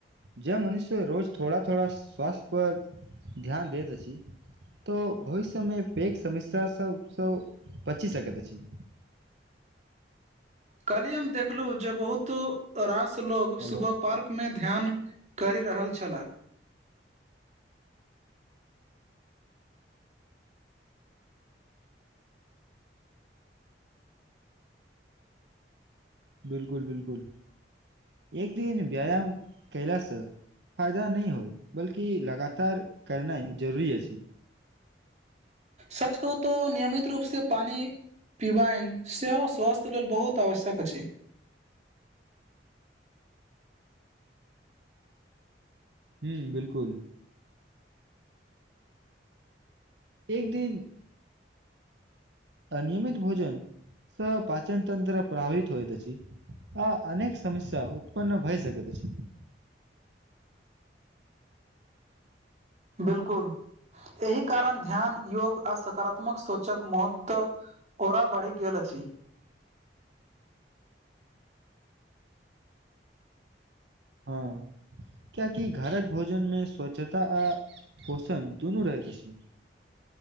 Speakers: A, on the right (about 70°); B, on the right (about 40°).
A: जे मनुष्य रोज थोड़ा थोड़ा स्वास्थ्य पर ध्यान दैत अछि तो भविष्यमे पैघ समस्या सबसँ बचि सकैत अछि
B: काल्हि हम देखलु जे बहुत रास लोग
A: हेलो
B: सब पार्क मे ध्यान करि रहल छलाह,
A: बिलकुल बिलकुल एक दिन व्यायाम कयला से फायदा नहि होइत बल्कि लगातार करनाइ जरुरी अछि
B: सच कहू तो नियमित रूप से पानि, पिवाइन सेहो स्वास्थ्य लेल बहुत आवश्यक अछि
A: हूँ बिलकुल एक दिन अनियमित भोजन स पाचनतन्त्र्र प्रभावीत होइत अछि आ अनेक समस्या उत्पन्न भए सकैत छी
B: बिलकुल एहि कारण ध्यान योग आ सकारात्मक सोचक महत्व ' ओरा बढ़ि गेल अछि,
A: हँ कियाकि घरक भोजन मे स्वच्छता आ पोषण दुनू रहैत अछि